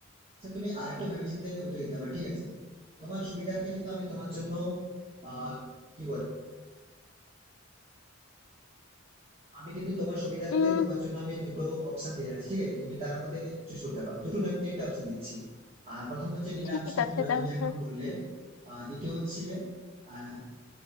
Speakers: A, on the right; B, on the left.
A: আচ্ছা তুমি আরেকটু ভেবেচিন্তে উত্তর দিতে পারো ঠিক আছে তোমার সুবিধার্থে কিন্তু আমি তোমার জন্য আহ কি বলে আমি কিন্তু তোমার সুবিধার্থে
B: উম
A: তোমার জন্য আমি দুটো অপশন দিয়ে রাখছি ঠিক আছে তুমি তার মধ্যে চুজ করতে পারো দুটো না, আমি তিনটা অপশন দিচ্ছি আর প্রথম হচ্ছে নীল
B: ঠিক
A: আর্মস্ট্রং
B: আছে
A: যেটা
B: তাহলে
A: তুমি এখন বললে আর দ্বিতীয় হচ্ছে আহ,